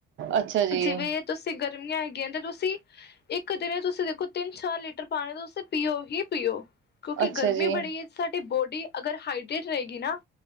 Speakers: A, on the right (about 75°); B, on the left (about 55°).
A: ਅੱਛਾ ਜੀ
B: ਜਿਵੇਂ ਤੁਸੀਂ ਗ ਗਰਮੀਆਂ ਹੈਗੀਆਂ, ਤੇ ਤੁਸੀਂ ਇੱਕ ਦਿਣੇ, ਤੁਸੀਂ ਵੇਖੋ ਤਿੰਨ ਚਾਰ ਲੀਟਰ ਪਾਣੀ ਤੁਸੀਂ ਪੀਓ ਹੀ ਪੀਓ। ਕਉਂਕਿ
A: ਅੱਛਾ
B: ਗਰਮੀ
A: ਜੀ
B: ਬੜੀ ਹੈ। ਸਾਡੀ ਬੋਡੀ ਅਗਰ ਹਾਈਡਰੇਟ ਰਹੇਗੀ ਨਾ,